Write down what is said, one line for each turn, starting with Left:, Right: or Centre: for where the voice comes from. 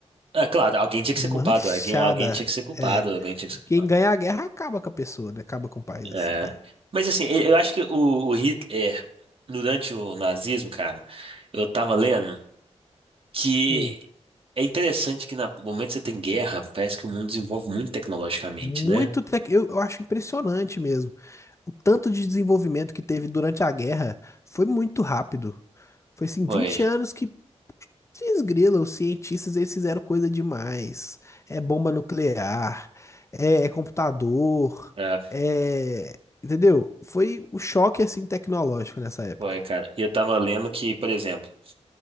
Right: É, claro, alguém tinha
Left: Manchada.
Right: que ser culpado, alguém, alguém tinha que ser culpado,
Left: É.
Right: alguém tinha que ser culpado.
Left: Quem ganha a guerra acaba com a pessoa, né? Acaba com o país,
Right: É.
Left: assim, né?
Right: Mas assim, eu eu acho que o, o Hitler, durante o nazismo, cara, eu tava lendo que
Left: Hum.
Right: é interessante que na- no momento que você tem guerra, parece que o mundo desenvolve muito tecnologicamente,
Left: Muito.
Right: né?
Left: tec- Eu, eu acho impressionante mesmo o tanto de desenvolvimento que teve durante a guerra foi muito rápido. Foi assim,
Right: Foi,
Left: 20 anos que desgrila, os cientistas eles fizeram coisa demais. É bomba nuclear, é é computador,
Right: é,
Left: é... Entendeu? Foi o choque assim tecnológico nessa época.
Right: foi, cara. E eu tava lendo que, por exemplo,